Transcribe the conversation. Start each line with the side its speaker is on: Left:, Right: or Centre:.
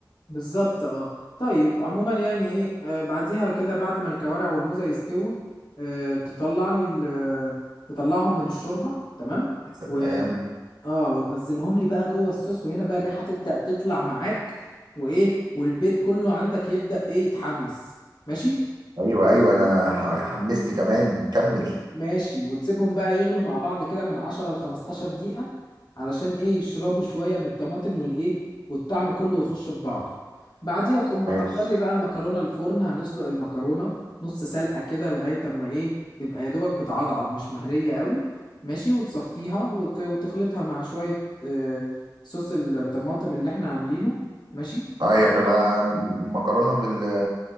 Left: بالظبط اه طيب عموما يعني ايه آه بعديها كده بعد ما الكوارع والموزة يستوي آه تطلع لي ال- تطلعهم من الشوربة تمام
Right: تمام
Left: و اه وتنزلهم لي بقى جوه الصوص وهنا بقى الريحة تبدأ تطلع معاك وايه والبيت كله عندك يبدأ ايه يتحمس ماشي
Right: أيوة أيوة أنا ح- حمسني كمان كمل
Left: ماشي وتسيبهم بقى يغلوا مع بعض كده من 10 ل 15 دقيقة علشان ايه يشربوا شوية من الطماطم والايه والطعم كله يخش في بعضه بعديها تقوم محضر
Right: ماشي
Left: لي بقى المكرونة الفرن هنسلق المكرونة نص سلقة كده لغاية اما ايه تبقى يا دوبك بتعضعض مش مهرية قوي ماشي وتصفيها وت... وتخلطها مع شوية آه، صوص الطماطم اللي احنا عاملينه ماشي
Right: أه هي هتبقى مكرونة بال